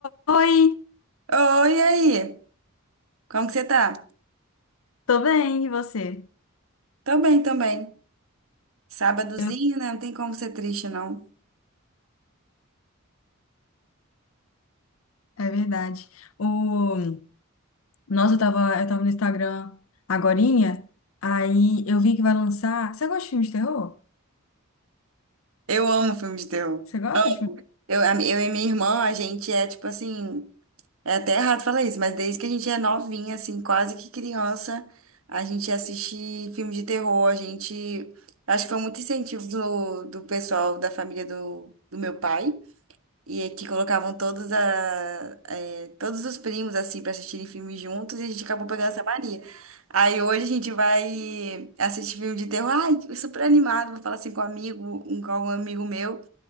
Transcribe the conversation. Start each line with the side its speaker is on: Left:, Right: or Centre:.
Left: Oi,
Right: Oi, e aí? Como que você tá?
Left: tô bem, e você?
Right: Tô bem, tô bem. Sábadozinho,
Left: Eu-
Right: né? Não tem como ser triste, não.
Left: É verdade. O... Nossa, eu tava, eu tava no Instagram agorinha, aí eu vi que vai lançar. Você gosta de filme de terror?
Right: Eu amo filme de terror.
Left: Você gosta de filme?
Right: Eu, a- eu e minha irmã, a gente é tipo assim. É até errado falar isso, mas desde que a gente é novinha, assim, quase que criança, a gente assiste filme de terror. A gente. Acho que foi muito incentivo do, do pessoal da família do, do meu pai. E é que colocavam todos, a, é, todos os primos, assim, pra assistirem filmes juntos, e a gente acabou pegando essa mania. Aí hoje a gente vai assistir filme de terror, ai, eu super animado, vou falar assim com um amigo, um, com um amigo meu.